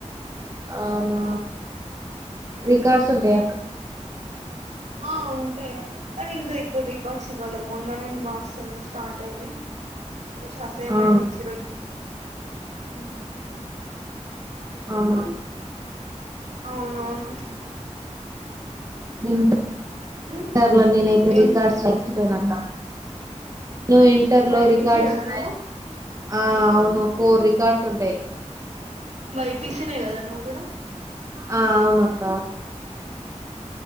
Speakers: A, on the right (about 25°); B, on the right (about 70°).
A: అవునా
B: ఉమ్
A: రికార్డ్స్ ఉంటాయా
B: ఆ ఉంటాయ్ కానీ ఇంకా ఇప్పుడు రికార్ట్స్ ఇవ్వాల మొన్ననేమా సేమ్ స్టార్ట్ అయింది ఎక్స్ట్రా అసైన్మెంట్
A: ఆ
B: ఇచ్చరా మీక్
A: అ మా
B: అవును నవును
A: ఇంటర్లో
B: ఉమ్
A: నేనైతే
B: ఏంటి
A: రికార్డ్స్ రాసిపోయినాక్క టఇంటర్
B: బైపీసీ
A: లో రికార్డ్స్
B: కదా
A: ఉన్నాయ్
B: నువ్వు
A: ఆ అవును ఫోర్ రికార్డ్స్ ఉంటాయ్
B: బైపిసి నే కదా నువ్ కూడా
A: ఆ అవునక్క